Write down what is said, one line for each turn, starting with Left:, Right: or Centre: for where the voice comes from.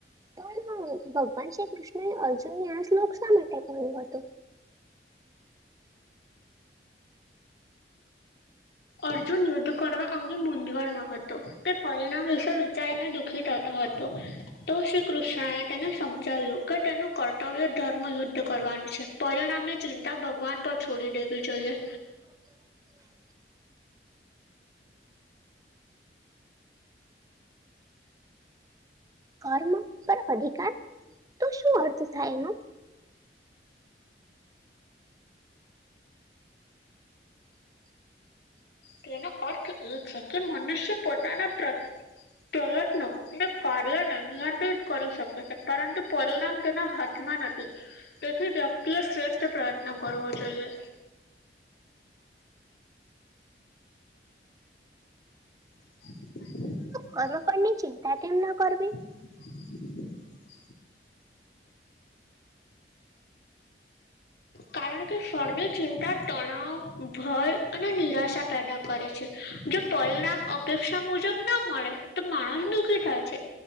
Right: પણ ભગવાન શ્રી કૃષ્ણ ને અર્જુનને આ શ્લોક શા માટે બોલ્યો હતો.
Left: અર્જુન યુદ્ધ કરવા અંગે મૂંઝવણો હતો તે પરિણામ વિશે વિચારીને દુઃખી થતો હતો તો શ્રી કૃષ્ણ એ તેને સમજાવ્યું કે તેનું કર્તવ્ય ધર્મ યુદ્ધ કરવાનું છે. પરિણામની ચિંતા ભગવાન પર છોડી દેવી જોઈએ.
Right: <inaudible> કર્મ પર અધિકાર તો શું અર્થ થાય એનો <inaudible>
Left: તો એનો અર્થ એ છે કે મનુષ્ય પોતાના પ્ર પ્રયત્નો અને કાર્યને નિયંત્રિત કરી શકે છે પરંતુ પરિણામ તેના હા થમાં નથી તેથી વ્યક્તિએ શ્રેષ્ઠ પ્રયત્ન કરવો જોઈએ. <inaudible>
Right: કર્મફળની ચિંતા કેમ ન કરવી.
Left: <inaudible> કારણ કે ફળની ચિંતા તણાવ, ભય અને નિરાશા પેદા કરે છે, જો પરિણામ અપેક્ષા મુજબ ના મળે તો માણહ દુઃખી થાય છે,